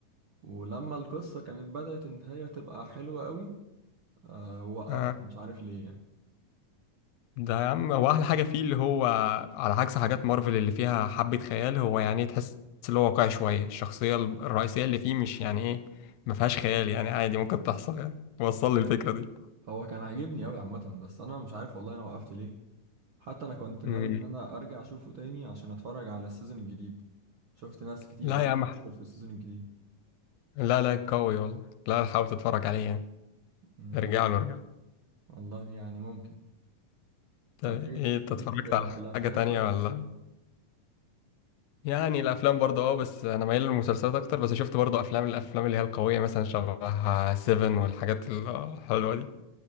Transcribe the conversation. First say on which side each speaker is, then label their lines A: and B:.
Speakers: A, on the right; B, on the left.
A: ولما القصة كانت بدأت ان هي تبقى حلوة قوي آه وقفت
B: آه
A: مش عارف ليه يعني
B: ده يا عم هو احلى حاجه فيه اللي هو على عكس حاجات مارفل اللي فيها حبه خيال هو يعني تحس اللي هو واقعي شويه الشخصيه الرئيسيه اللي فيه مش يعني ايه ما فيهاش خيال يعني عادي ممكن تحصل يعني وصل
A: هو
B: لي
A: كان
B: الفكره دي
A: هو كان عاجبني قوي عامة بس انا مش عارف والله انا وقفت ليه حتى انا كنت ناوي
B: مم.
A: ان انا ارجع اشوفه تاني عشان اتفرج على السيزون الجديد شفت ناس كتير
B: لا
A: قوي
B: يا عم
A: بتشكر في السيزون الجديد
B: لا لا قوي والله لا حاول تتفرج عليه يعني
A: امم
B: ارجع له ارجع له.
A: والله يعني ممكن
B: طب
A: طب ايه
B: ايه انت
A: ليك
B: اتفرجت
A: في
B: على
A: الافلام
B: حاجه تانية
A: طيب
B: ولا
A: ولا ايه
B: يعني الافلام برضه اه بس انا مايل للمسلسلات اكتر بس شفت برضه افلام الافلام اللي هي القويه مثلا شبه سيفن والحاجات الحلوه دي